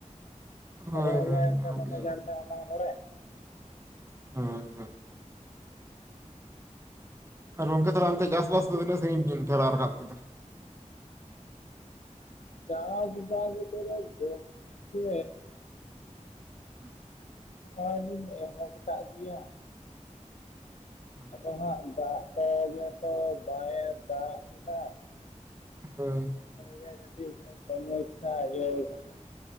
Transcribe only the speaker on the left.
ᱛᱟᱵᱟᱭᱨᱚᱲ
ᱜᱮ ᱥᱮ
ᱫᱚᱢᱮ ᱡᱟᱨ ᱪᱟᱞᱟᱝ ᱱᱚᱰᱮ
ᱪᱟᱥ ᱵᱟᱥ ᱛᱮᱫᱚ ᱜᱚᱢᱠᱮ
ᱱᱚᱜ-ᱚᱭ ᱞᱤᱧ ᱮᱦᱚᱵ ᱟᱠᱟᱫ ᱜᱮᱭᱟ᱾
ᱟᱫᱚ ᱦᱟᱸᱜ ᱫᱟᱜ ᱠᱚ ᱜᱮᱛᱚ ᱵᱟᱸᱭᱮ ᱫᱟᱜ ᱮᱫᱟ᱾
ᱨᱮᱜᱮ ᱠᱟᱹᱴᱤᱡ ᱥᱚᱢᱚᱥᱥᱟ ᱤᱭᱟᱹᱣ ᱠᱟᱱᱟ